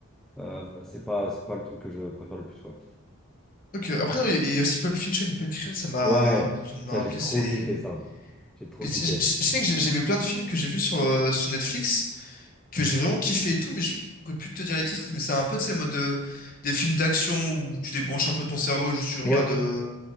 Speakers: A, in the centre; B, on the left.
A: euh, c'est pas, c'est pas le truc que je préfère le plus, ouais.
B: Ok, après, non, il y a il y a aussi Pulp Fiction. Pulp Fiction, ça m'a.
A: Ouais,
B: Je viens de
A: ça,
B: me rappeler,
A: j'ai trop
B: c'est.
A: kiffé, ça. J'ai trop
B: Mais
A: kiffé.
B: Je je- je sais que j'ai j'ai vu plein de films que j'ai vus sur, euh, sur Netflix, que j'ai vraiment kiffé et tout, mais je pourrais plus te dire les titres, mais c'est un peu, tu sais, en mode de- des films d'action où tu débranches un peu ton cerveau, juste tu regardes,
A: Ouais.
B: euh,